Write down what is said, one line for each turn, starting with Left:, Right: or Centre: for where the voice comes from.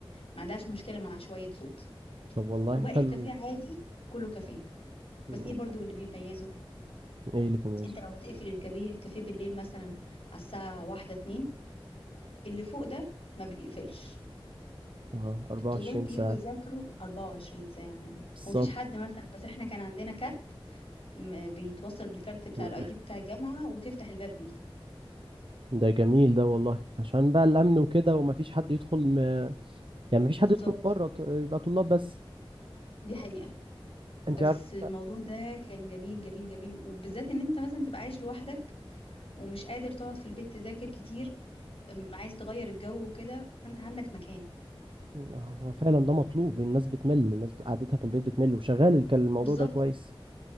Left: ما عندهاش مشكلة مع شوية صوت
Right: طب والله
Left: وباقي
Right: حلو
Left: الكافيه عادي كله كافيه بس
Right: م-
Left: ايه برضو اللي بيميزه
Right: ايه اللي بيميزه
Left: انت لو هتقفل الكافيه الكافيه بالليل مثلا على الساعة واحدة اتنين اللي فوق ده ما بيقفلش
Right: اه 24
Left: الطلاب بيجوا
Right: ساعة
Left: يذاكروا 24 ساعة
Right: بالظبط
Left: ومفيش حد مثلا بس احنا كان عندنا كارت م- بيتوصل بالكارت بتاع
Right: م-
Left: الاي دي بتاع الجامعة وتفتح الباب بيه
Right: ده جميل ده والله عشان بقى الامن وكده ومفيش حد يدخل م... يعني مفيش
Left: بالظبط
Right: حد يدخل بره ط- يبقى طلاب بس
Left: دي حقيقة بس
Right: انت عارف
Left: الموضوع ده كان جميل جميل جميل وبالذات ان انت مثلا تبقى عايش لوحدك ومش قادر تقعد في البيت تذاكر كتير أم، عايز تغير الجو وكده فانت عندك مكان
Right: هو فعلا ده مطلوب الناس بتمل الناس قعدتها في البيت بتمل وشغال الك- الموضوع
Left: بالظبط
Right: ده كويس